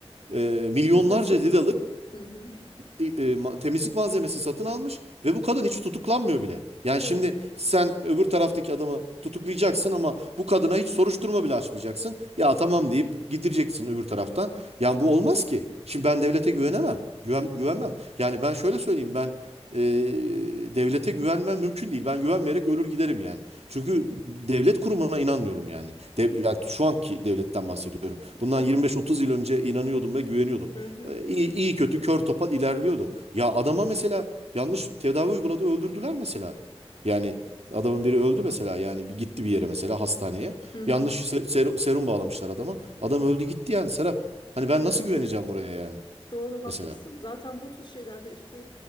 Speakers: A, on the right; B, on the left.
A: e, milyonlarca
B: Hizmet satın
A: liralık
B: aldı. Hı hı.
A: e, e, temizlik malzemesi satın almış ve bu kadın hiç tutuklanmıyor bile. Yani
B: Evet.
A: şimdi sen öbür taraftaki adamı tutuklayacaksın ama bu kadına hiç soruşturma bile açmayacaksın. Ya tamam deyip gidireceksin öbür taraftan. Yani
B: Hı
A: bu
B: hı.
A: olmaz ki. Şimdi ben devlete güvenemem. Güven, güvenmem. Yani ben şöyle söyleyeyim ben e, devlete güvenmem mümkün değil. Ben güvenmeyerek ölür giderim yani. Çünkü devlet kurumuna inanmıyorum yani. Dev, yani şu anki devletten bahsediyorum. Bundan
B: Hı
A: 25-30
B: hı.
A: yıl önce inanıyordum ve güveniyordum.
B: Hı hı.
A: E, İyi, iyi kötü kör topal ilerliyordu. Ya adama mesela yanlış tedavi uyguladı öldürdüler mesela. Yani adamın biri öldü mesela yani bir gitti bir yere mesela hastaneye.
B: Hı hı.
A: Yanlış se- ser- serum bağlamışlar adama. Adam öldü gitti yani Serap. Hani ben
B: Evet
A: nasıl güveneceğim
B: evet.
A: buraya yani
B: Doğru haklısın.
A: mesela.
B: Zaten bu tür şeylerde işte